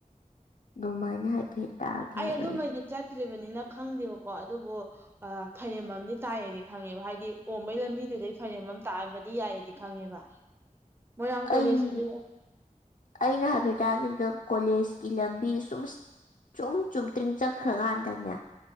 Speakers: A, on the left; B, on the right.
A: ꯑꯗꯨꯃꯥꯏꯅ ꯍꯥꯏꯐꯦꯠ ꯇꯈꯤꯕ
B: ꯑꯩ ꯑꯗꯨꯃꯗꯤ
A: ꯑꯩꯁꯨ
B: ꯆꯠꯇ꯭ꯔꯤꯕꯅꯤꯅ ꯈꯪꯗꯦꯕꯀꯣ ꯑꯗꯨꯕꯨ ꯑ ꯐꯥꯏꯔꯦꯝꯕꯝꯗꯤ ꯇꯥꯏꯌꯦꯗꯤ ꯈꯪꯉꯦꯕ ꯍꯥꯏꯗꯤ ꯑꯣꯝꯕꯩ ꯂꯝꯕꯤꯗꯨꯗꯩ ꯐꯥꯏꯔꯦꯝꯕꯝ ꯇꯥꯕꯗꯤ ꯌꯥꯏꯗꯤ ꯈꯪꯉꯦꯕ ꯃꯣꯏꯔꯥꯡ ꯀꯣꯂꯦꯖꯀꯤꯗꯤ
A: ꯑꯩ ꯑꯩꯅ ꯍꯥꯏꯐꯦꯠ ꯇꯒꯤꯕꯗ ꯀꯣꯂꯦꯖꯀꯤ ꯂꯝꯕꯤ ꯁꯨꯝ ꯁꯨꯝ ꯆꯨꯝꯇ꯭ꯔꯤꯡ ꯆꯠꯈ꯭ꯔꯀꯥꯟꯗꯅꯦ